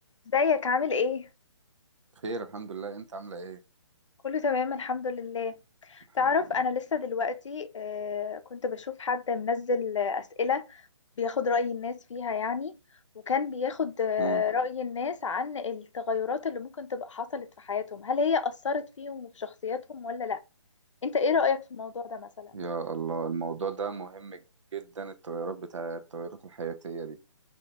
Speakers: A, on the left; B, on the right.
A: ازيك عامل ايه؟
B: خير الحمد لله انت عامله ايه
A: كله تمام الحمد لله
B: الحمد
A: تعرف
B: لله
A: انا لسه دلوقتي آه، كنت بشوف حد منزل آه، اسئلة بياخد رأي الناس فيها يعني وكان بياخد آه،
B: امم
A: رأي الناس عن التغيرات اللي ممكن تبقى حصلت في حياتهم هل هي أثرت فيهم وفي شخصياتهم ولا لا؟ انت ايه رأيك في الموضوع ده مثلا؟
B: يا الله الموضوع ده مهم جدا التغيرات بتاع التغيرات الحياتيه دي